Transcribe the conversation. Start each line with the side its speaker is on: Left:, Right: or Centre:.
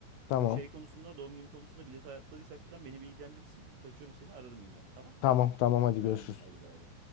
Left: Tamam.
Right: Bu şey konusunda doğum günü konusunda bir detay atladıysak falan beni bilgilendirirsin. Kaçıyorum seni ararım yine tamam?
Left: Tamam tamam hadi
Right: Tamamdır
Left: görüşürüz.
Right: hadi bay bay.